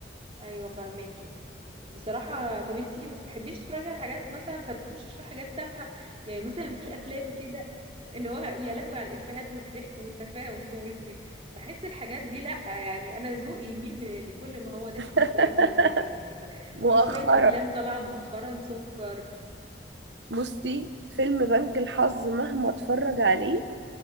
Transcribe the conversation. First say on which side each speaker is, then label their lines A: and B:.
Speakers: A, on the right; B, on the right.
A: ايوه فهماكي بصراحه طب انتي ما بتحبيش تتفرجي على حاجات مثلا فرفوشه شويه حاجات تافهه يعني مثلا في افلام كده اللي هو يا لهوي على الافيهات والضحك والتفاهه والكوميديا بحس الحاجات دي لا يعني انا ذوقي يميل ل- لكل ما هو ضحك
B: <laughs>
A: وكوميديا وتافه وكده
B: مؤخرا
A: في شويه افلام طالعه مؤخرا سكر
B: بصي فيلم بنك الحظ مهما اتفرج عليه